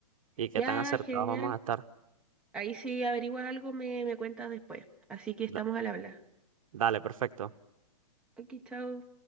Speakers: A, on the right; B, in the centre.
A: y qué
B: Ya,
A: tan acertados
B: genial.
A: vamos a estar.
B: Ahí si averiguas algo, me, me cuentas después. Así que
A: Da-
B: estamos al habla.
A: dale, perfecto.
B: Aquí, chao.